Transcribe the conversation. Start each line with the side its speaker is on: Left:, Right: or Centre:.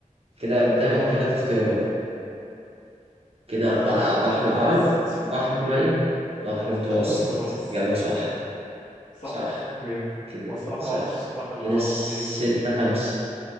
Right: كده قدامك
Left: اللي هو
Right: ثلاث اختيارات كده بقى
Left: أنا أقول البحر
Right: بحر
Left: المتوسط
Right: العرب بحر ميت
Left: أقول
Right: بحر متوسط
Left: أقول المتوسط
Right: إجابة صح
Left: صح
Right: صح
Left: جيم
Right: كده
Left: هو الصراحة
Right: صح
Left: ما اعرفش السباحة العرب
Right: كده ستة
Left: فين
Right: خمسة